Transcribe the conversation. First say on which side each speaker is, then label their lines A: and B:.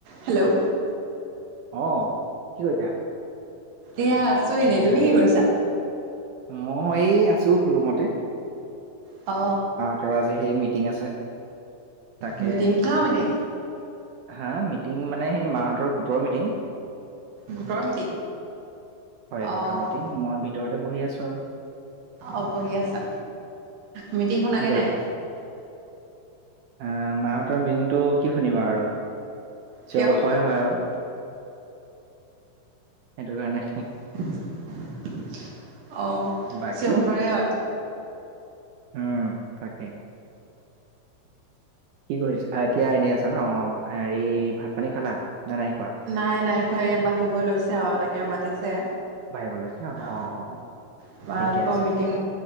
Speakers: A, on the right (about 65°); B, on the right (about 85°).
A: Hello
B: অ কি কৰিছা
A: এয়া আছো এনেই, তুমি কি কৰিছা?
B: মই এই আছো ৰুমতে।
A: অ
B: ত আজি সেই মিটিং আছে। তাকে
A: মিটিং কিহ মিটিং
B: হা মিটিং মানে সেই মাহঁতৰ গোটৰ মিটিং।
A: গোটৰ মিটিং
B: হয়
A: অ'
B: গোটৰ মিটিং মই ভিতৰতে বহি আছো আৰু।
A: অ বহি আছা মিটিং শুনাগে
B: কি
A: নাই।
B: এ মাহঁতৰ মিটিংটো কি শুনিবা আৰু
A: কিয়
B: চিঞৰ বাখৰহে হয় আৰু। সেটোকাৰণে উ
A: অ চিঞৰ
B: বাকী
A: বাখৰে হয়।
B: উম তাকে। কি কৰিছে এতিয়া, এনে আছা ন অ হেৰি ভাত পানী খালা না নাই খোৱা?
A: নাই নাইখোৱা এই বাঢ়িব লৈছে আৰু তাকে মাতিছে।
B: বাঢ়িব লৈছে ন
A: অ অ
B: অ
A: আপোনালোক
B: ঠিকে আছে
A: মিটিং।